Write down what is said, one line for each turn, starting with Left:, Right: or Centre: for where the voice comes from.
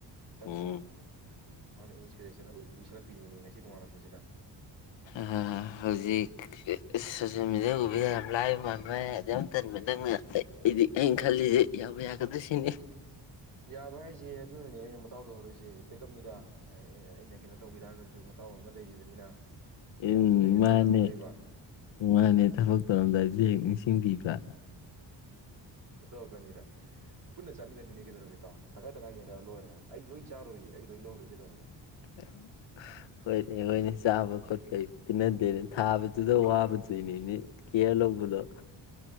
Right: ꯈꯪꯉꯤꯗꯅ
Left: ꯎꯝ
Right: ꯃꯥꯅ ꯏꯟꯁꯄꯤꯔꯦꯁꯟ ꯁꯤꯜꯂꯛꯅꯤꯡꯃꯤ ꯉꯁꯤ ꯅꯣꯡꯉꯥꯜꯂꯛꯄꯁꯤꯗ
Left: ꯑ ꯍꯧꯖꯤꯛ ꯁꯣꯁꯤꯦꯜ ꯃꯦꯗꯤꯌꯥꯒꯨꯝꯕꯤꯗ ꯌꯥꯝ ꯂꯥꯏꯕ ꯃꯥꯟꯕ ꯌꯥꯝ ꯇꯟꯕ ꯅꯪꯅ ꯑꯩ ꯑꯩꯗꯤ ꯑꯩꯅ ꯈꯜꯂꯤꯁꯦ ꯌꯥꯎꯕ ꯌꯥꯒꯗꯣꯏ ꯁꯤꯅꯤ
Right: ꯌꯥꯕ ꯍꯥꯏꯁꯦ ꯑꯗꯨꯅꯅꯦ ꯑꯩꯅ ꯃꯇꯥꯎ ꯇꯧꯍꯧꯔꯣꯏꯏꯁꯦ ꯄꯦꯛꯀꯞꯅꯤꯗ ꯑꯩꯅ ꯀꯩꯅꯣ ꯇꯧꯈꯤ ꯇꯥꯔꯒꯁꯨ ꯃꯇꯥꯎ ꯑꯃ ꯂꯩꯔꯤꯕꯅꯤꯅ ꯕꯦꯛꯀꯞꯇꯣ
Left: ꯎꯝ
Right: ꯂꯩꯒꯗ꯭ꯔꯅ
Left: ꯃꯥꯅꯦ
Right: ꯍꯧꯔꯛꯏꯕ
Left: ꯃꯥꯅꯦ ꯊꯕꯛ ꯇꯧꯔꯝꯗꯥꯏꯗꯤ ꯍꯦꯛ ꯅꯤꯡꯁꯤꯡꯕꯤꯕ꯭ꯔꯥ
Right: ꯇꯧꯔꯛꯀꯅꯤꯗ ꯄꯨꯟꯅ ꯆꯥꯃꯤꯟꯅꯗꯣꯏꯅꯦ ꯀꯩꯗꯧꯔꯒꯦꯗꯣ ꯇꯪꯈꯥꯏ ꯇꯪꯀꯥꯏ ꯌꯦꯡꯟꯅꯔ ꯂꯣꯏꯔꯦ ꯑꯩ ꯂꯣꯏ ꯆꯥꯔꯣꯏꯌꯦ ꯑꯩ ꯂꯣꯏ ꯂꯧꯔꯨ ꯀꯩꯗꯧꯔꯒꯦ
Left: <inaudible> ꯍꯣꯏꯅꯤ ꯍꯅꯤ ꯆꯥꯕ ꯀꯠꯄꯅꯗꯦꯔꯤ ꯊꯥꯕꯗꯨꯗ ꯋꯥꯕ ꯅꯤꯅꯦ ꯀꯌꯥ ꯂꯣꯧꯕꯗ